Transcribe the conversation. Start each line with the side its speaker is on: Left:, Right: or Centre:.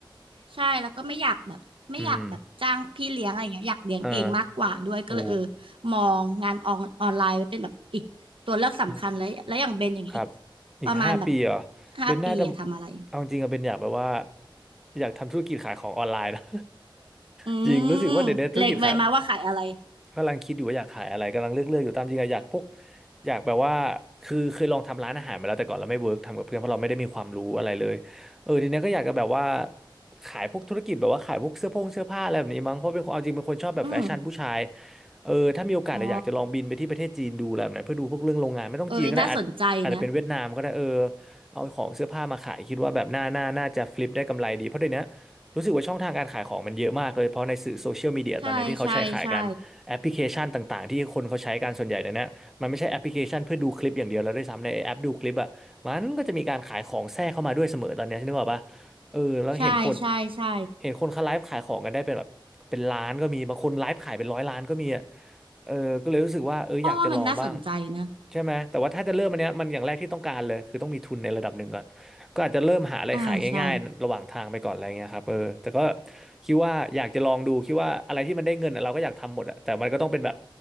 Right: ใช่แล้วก็ไม่อยากแบบไม่อยากแบบจ้างพี่เลี้ยงอะไรเงี้ยอยากเลี้ยงเองมากกว่าด้วยก็เลยเออ
Centre: อืมอ่าโอ้
Right: มองงานออนออนไลน์ไว้เป็นแบบอีกตัวเลือกสำคัญแล้วแล้วอย่างเบนอย่างเงี้ยอีก
Centre: นี่ครับ อีกห้าปีเหรอ
Right: ประมาณแบบห้าปีอะทำอะไร
Centre: เบนน่าจะเอาจริงอะเบนอยากแบบว่า อยากทำธุรกิจขายของออนไลน์นะ
Right: อื
Centre: <laughs> จริงรู้สึกว่าเดี๋ยวนี้ธุรกิจขาย
Right: มเล็งไว้มาว่าขายอะไร
Centre: กำลังคิดอยู่ว่าอยากขายอะไรกำลังเลือกเลือกอยู่ตามจริงอะอยากพวกอยากแบบว่าคือเคยลองทำร้านอาหารมาแล้วแต่ก่อนเราไม่เวิร์กทำกับเพื่อนเพราะเราไม่ได้มีความรู้อะไรเลยเออทีเนี้ยก็อยากจะแบบว่าขายพวกธุรกิจแบบว่าขายพวกเสื้อผงเสื้อผ้าอะไรแบบนี้มั้งเพราะเป็นคนเอาจริงเป็นคนชอบแบบแฟชั่นผู้ชาย
Right: อืม
Centre: เออถ้ามีโอกาสอะอยากจะลองบินไปที่ประเทศจีนดูอะไรแบบนั้นเพื่อดูพวกเรื่องโรงงานไม่ต้องจีนก็ได้อาจอาจจะเป็นเวียดนามก็ได้เออ
Right: อ๋อเอ้ยน่าสนใจนะ
Centre: เอาของเสื้อผ้ามาขายคิดว่าแบบหน้าหน้าน่าจะฟลิปได้กำไรดีเพราะเดี๋ยวนี้รู้สึกว่าช่องทางการขายของมันเยอะมากเลยเพราะในสื่อโซเชียลมีเดียตอนนี้ที่เขาใช้ขายกัน
Right: ใช่ใช่ใช่
Centre: แอปพลิเคชันต่างๆที่คนเขาใช้กันส่วนใหญ่เดี๋ยวนี้มันไม่ใช่แอปพลิเคชันเพื่อดูคลิปอย่างเดียวแล้วด้วยซ้ำในแอปดูคลิปอ่ะมันก็จะมีการขายของแทรกเข้ามาด้วยเสมอตอนเนี้ยนึกออกปะเออแล้วเห็นคน
Right: ใช่ใช่ใช่
Centre: เห็นคนเขาไลฟ์ขายของกันได้เป็นแบบเป็นล้านก็มีบางคนไลฟ์ขายเป็นร้อยล้านก็มีอ่ะเออก็เลยรู้สึกว่าเอออยากจะลองบ้าง
Right: อ้อว่ามันน่าสนใจนะ
Centre: ใช่ไหมแต่ว่าถ้าจะเริ่มอันเนี้ยมันอย่างแรกที่ต้องการเลยคือต้องมีทุนในระดับหนึ่งก่อนก็อาจจะเริ่มหาอะไรขายง่ายๆระหว่างทางไปก่อนอะไรเงี้ยครับเออแต่ก็
Right: อ่าใช่
Centre: คิดว่าอยากจะลองดูคิดว่าอะไรที่มันได้เงินอะเราก็อยากทำหมดอะแต่มันก็ต้องเป็นแบบ